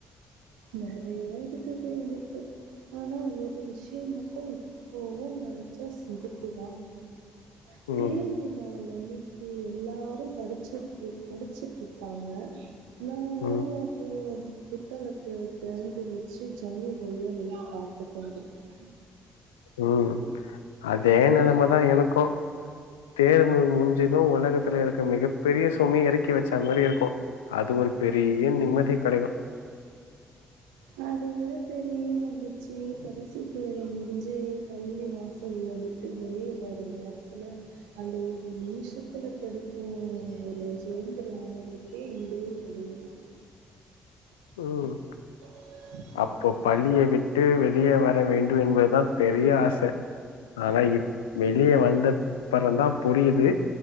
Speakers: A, on the right; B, on the left.
A: நெறைய இருக்குது எனக்கு ஆனா ஒரு விஷயம் மட்டு இப்பவு நெனச்சா சிரிப்பி தா வரு தேர்வு
B: ம்
A: நாள் அன்னைக் கி எல்லாரு படிச்சிட்டு படிச்சிட்ருப்பாங்க நானு
B: ம்
A: <unintelligible> புத்தகத்த திறந்து வெச்சு ஜன்னல் வழியா வெளிய பாத்து கொண்டு இருப்பே
B: ம் அதே நிலமதா எனக்கு தேர்வு முஞ்சது உலகத் துல எனக்கு மிகப்பெரிய சுமைய எறக்கி வெச்சா மாரி இருக்கு அது ஒரு பெரிய நிம்மதி கெடைக்கு
A: அத விட பெரிய மகிழ்ச்சி கடைசி தேர்வு முடிச்சி பள்ளி வாசல வி ட்டு வெளிய வர நேரத்தில அந்த ஒரு நிமிஷத்துல கெடைக்கு ஒரு சுதந்திர உணர்வு க்கே ஈடே கெடையாது
B: ம்
A: <unintelligible>
B: அப்போ பள்ளிய விட்டு வெளிய வர வேண்டு என்பதா பெரிய ஆச ஆனா இப் வெளிய வந்தப்பறந்தா புரியிது